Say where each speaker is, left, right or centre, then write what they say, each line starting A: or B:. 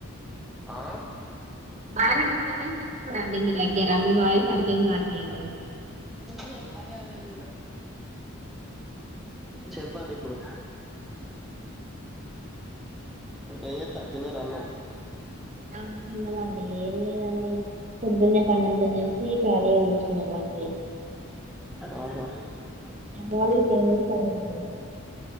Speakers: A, in the centre; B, on the right (about 35°).
A: ఆ
B: బాగా డిస్టర్బెన్స్ వస్తుందిండి మీ దగ్గర మీ వాయిస్ అర్థం కావట్లేదు
A: ఉం చెప్పండి ఇప్పుడు ఏమి చెత్తనారు తిన్నారా
B: ఆ తిన్నామండి ఏం లేదండి పొద్దున్నే పని అంత చేసి ఖాళీగా కూర్చున్నామండి
A: ఆహా
B: మీ అమ్మ వాళ్లింట్లో ఎం చేస్తారు అండి <unintelligible>